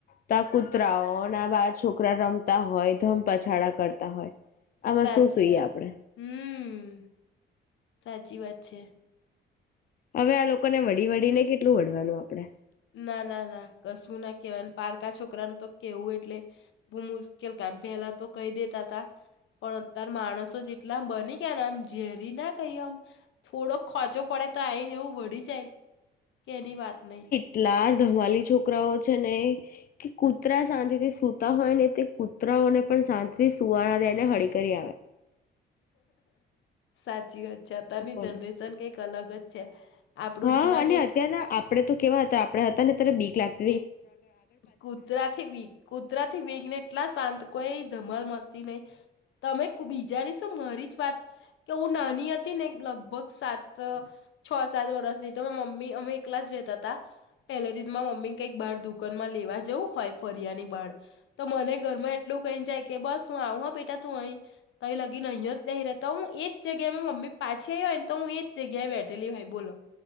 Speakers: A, on the left (about 50°); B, on the left (about 75°).
A: તો કૂતરાઓ ના બળ છોકરા રમ તા હોય ધમ પછાડા કરતા હોય. આમાં
B: સાચી
A: શું સુઈએ
B: વાત.
A: આપણેે?
B: હમ્મ. સાચી વાત છે.
A: હવે આ લોકોને વળી વળીને કેટલું વળવાનું આપડે.
B: ના ના ના કશું ના કહેવાય પારકા છોકરાને તો કેવું એટલે બહ મુશ્કેલ કામ પેલા તો કહી દેતા ત પણ અતાર માણસો જેટલામ બની ગયાને આમ ઝેરી ના કહી આમ થોડોક ખોચો પડે તો આવીને એવું વળી જાયને. કેની વાત નહી.
A: કેટલા ધમાલી છોકરાઓ છે ને કે કૂતરા શાંતિથી સૂતા હોય ને તે કૂતરાઓને પણ શાંતિથી સુવાના એને હળી કરી આવે.
B: સાચી વાત. જતા ની
A: બોલો
B: જનરેશન કે અલગ જ છે. આપણું
A: હા
B: દિમાગ
A: અને
B: એક
A: અત્યારના આપડે તો કેવા હતા આપડ હતા ને ત્યારે બીક લાગતા.
B: એક કુતરાથી વિઘને એટલા શાંત કોઈ ધમલ મસ્તી નહી તમે બીજાની શું મારી જ વાત કે હું નાની હતી ને લગભગ સાત છ સાત વર્ષથી તો મમ્મી અમે એકલા જ રેતા હતા પહેલેથી મમ્મી કંઈક બળ દુકાનમાં લેવા જવું હોય ફરિયા ની બળ તો મને ઘરમાં એટલું કઈ જાય કે બસ હું આવ હ બેટા તું અહી તો લગીને અહીંયા જ પ રહતા હું એજ જગ્યામાં મમ્મી પાછી આવી હોય ને તો હું એ જગ્યાએ બેઠેલી હોય બોલો.